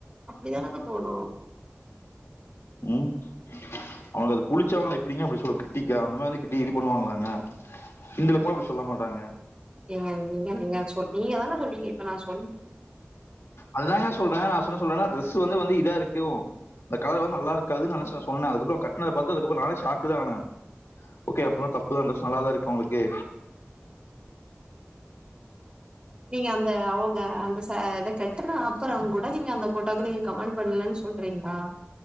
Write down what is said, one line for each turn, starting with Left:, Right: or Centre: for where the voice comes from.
Right: அப்டிதானுங்க தோணும்
Left: உம் அவங்க அது புடிச்சவங்கள எப்டிங்க அப்டி சொல்ல கிட்டிக்கா அந்த மாதிரி வந்து கிட்டி இது பண்ணுவாங்ளாங்க கிண்டலுக்கு கூட அப்டி சொல்ல மாட்டாங்க
Right: நீங்க நீங்க நீங்க சொ நீங்கதான சொன்னீங்க இப்ப நா சொன்
Left: அதுதாங்க சொல்றேன் நா என்ன சொல்றேனா ட்ரெஸ் ஸ்சு வந்து வந்து இதா இருக்கும் அந்த கலர் வந்து நல்லா இருக்காதுனு நெனச்சு நான் சொன்னேன் அதுக்கப்புறம் கட்னத பாத்து அதுக்கப்ற நானே ஷாக்குதா ஆனே ஓகே அப்னா தப்புதா ட்ரெஸ் நல்லாதா இருக்கு அவங்களுக்கு
Right: நீங்க அந்த அவங்க அந்த ச இத <unintelligible> கட்டுன அப்புறங்கூட நீங்க அந்த போட்டாக்கு நீங்க கமெண்ட் பண்ணலேனு சொல்றீங்ளா